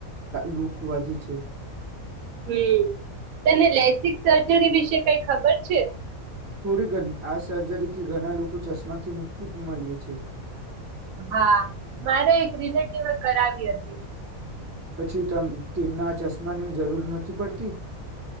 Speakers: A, on the right (about 25°); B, on the right (about 80°).
A: લુક વધી છે.
B: હમ, તને લેસિક સર્જરી વિશે કઈ ખબર છે?
A: થોડી, ઘણી આ સર્જરીથી ઘણા, લોકો ચશ્માથી મુક્તિ મળવે છે.
B: હા, મારે એક રિલેટિવ કરાવી હતી.
A: પછી, તેમના ચશ્માની જરૂર નથી, પડતી.